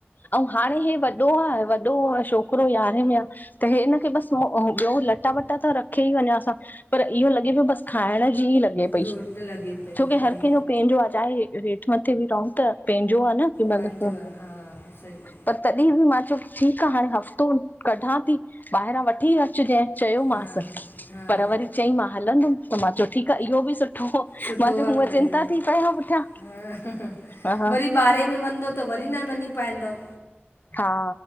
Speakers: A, on the left; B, on the left.
A: अउं हाणे हे वॾो आ, वॾो छोकरो यारहें में आ। त हे हिनखे बसि ॿियो लटा- वटा त रखे ई वञास आं, पर इहो लॻे पियो बसि। खाइण जी ई लॻे पई,
B: रोट लॻे पई
A: छोकी
B: भई
A: हर कंहिंजो पंहिंजो आ, चाहे हेठि मथे बि रहूं, त पंहिंजो आ न। की
B: पंहिंजो
A: मतलबु
B: आ, हा सही।
A: पर तॾीं बि मां चयो कि ठीकु आ, हाणे हफ़्तो कढां ती। ॿाहिरां वठी अचजें चयोमांसि,
B: हा हा
A: पर वरी चई मां हलंदुमि। त मां चयो, ठीकु आ, इहो बि सुठो हो।
B: सुठो
A: मां चयो,
B: आहे
A: हूअं
B: बढ़िया
A: चिंता थी पये‌ हां पुठियां
B: हा
A: हा
B: वरी ॿारहें में वेंदो त वरी न वञी पाईंदम।
A: हा।